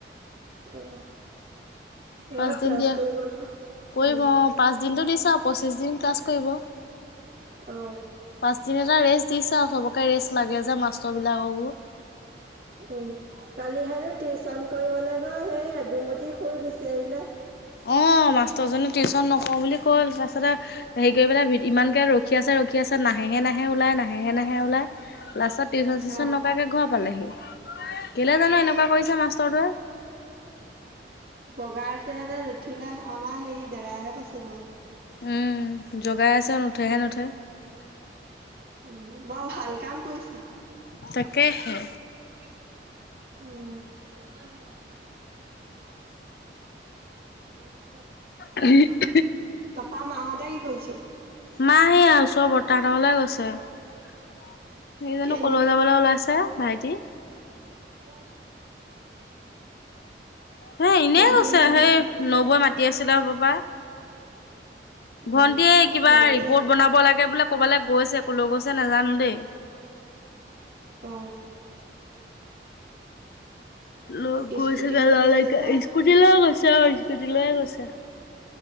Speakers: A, on the right (about 55°); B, on the left (about 55°).
A: অ'। সিহঁতৰ
B: পাঁচদিন
A: ক্লাছ
B: দিয়া,
A: কৰিব নহয়
B: কৰিব
A: উম
B: অ', পাঁচ দিনতো দিছা পঁচিশদিন ক্লাছ কৰিব,
A: অ
B: পাঁচদিন এটা ৰেষ্ট দিছে আৰু সৱক কে ৰেষ্ট লাগে যে, মাষ্টৰ বিলাককো।
A: অ', কালিহেনে টিউচন কৰিবলে গৈ সেই গুমতি শুই গুছি আহিলে।
B: অ', মাষ্টৰজনে টিউচন নকৰো বুলি কৈ তাৰপাছতে হেৰি কৰিপেলাই ইমানকে ৰখি আছে ৰখি কি আছে, নাহেহে নাহে ওলাই, নাহেহে নাহ হেয়া ওলাই, লাষ্টত টিউচন চিউচন
A: অ
B: নকৰাকে ঘৰ পালেহি। কেলে জানো এনেকুৱা কৰিছে মাষ্টৰটোৱে?
A: বগা আছে ঠিলা, আমাৰ হেই দেদাইহে কৈছিল অ'।
B: উম জগাই আছে নুঠেহে নুঠে।
A: উম, বৰ ভাল কাম কৰিছে।
B: তাকেহে।
A: উম। <unintelligible>
B: <unintelligible>
A: পাপা মাহঁতে কি কৰিছে
B: মাহ সেয়া, ওচৰৰ বৰ্তাহতৰ ঘৰলে গৈছে। তুমি জানো
A: কেলে
B: কলৈ যাবলৈ ওলাইছে ভাইটি?
A: অ।
B: হে এনে
A: ভন্টি
B: কৈছে
A: আছে নে
B: সেই
A: নাই
B: নবৈ মাতি আছিলে হ'ব পায়।
A: অ
B: ভন্টিয়ে, কিবা
A: ভন্টি
B: ৰিপৰ্ট
A: আছে
B: বনাব লাগে বোলে। ক'বালৈ গৈছে, ক'লৈ গৈছে নাজানো দেই।
A: অ',
B: লয় গৈছে
A: স্কুটি
B: <unintelligible>
A: লৈ গৈছে নে?
B: এস্কুটি লৈ গৈছে অ', স্কুটি লৈয়ে গৈছে।